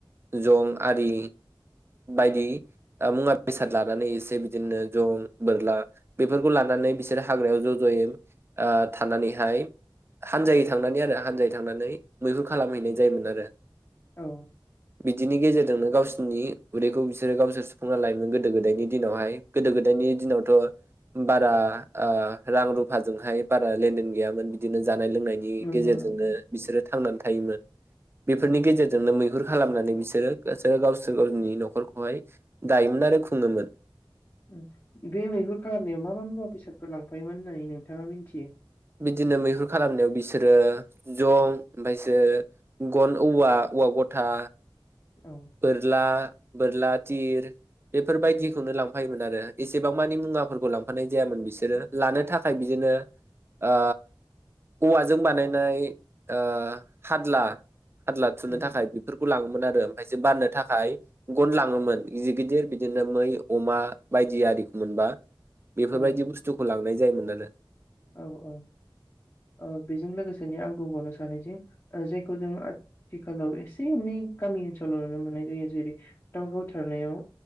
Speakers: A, on the right; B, on the left.
A: जं आरि बायदि ओ मुवा बेसाद लानानै एसे बिदिनो जं बोरला बेफोरखौ लानानै बिसोरो हाग्रायाव ज' ज'यै ओ थानानैहाय हानजायै थांनानै आरो हानजायै थांनानै मैहुर खालामहैनाय जायोमोन आरो।
B: औ।
A: बिदिनि गेजेरजोंनो गावसोरनि उदैखौ बिसोरो गावसोर सुफुंना लायोमोन गोदो गोदायनि दिनावहाय नि दिनावथ' बारा ओ रां रुफाजोंहाय बारा लेनदेन गैयामोन बिदिनो जानाय लोंनायनि
B: नंगौ
A: गेजेरजोंनो
B: नोंथां
A: बिसोरो थांनानै थायोमोन। बेफोरनि
B: औ
A: गेजेरजोंनो मैहु हुर खालामनानै बिसोरो गोसो गावसोर गावनि न'खरखौहाय दायोमोन आरो खुङोमोन।
B: उम बे मैहुर खालामनायाव मा मा मुवा बेसादफोर लांफायोमोन होननानै नोंथाङा मिथियो?
A: बिदिनो मैहुर खालामनायाव बिसोरो जं ओमफाय सोर ग'न औवा उवा ग'था
B: औ
A: बोरला बोरला तिर बेफोरबायदिखौनो
B: उम
A: लांफायोमोन आरो। एसेबां मानि मुवाफोरखौ लांफानाय जायामोन बिसोरो लानो थाखाय बिदिनो ओ औवाजों बानायनाय ओ हादला हादला थुनो
B: उम
A: थाखाय बेफोरखौ लाङो <unintelligible> खायसो बाननो थाखाय ग'न लाङोमोन जिगिदिर बिदिनो मै अमा बायदि आरिख मोनबा बेफोरबायदि
B: औ
A: बुस्थुखौ लां नाय जायोमोन आरो।
B: औ औ ओ बेजों लोगोसेनो आं बुंबावनो सानोजि ओ जेखौ जों आथिखालाव एसे एनै गामि ओनसोलाव नुनो मोननाय जायो जेरै दाव गावथारनायाव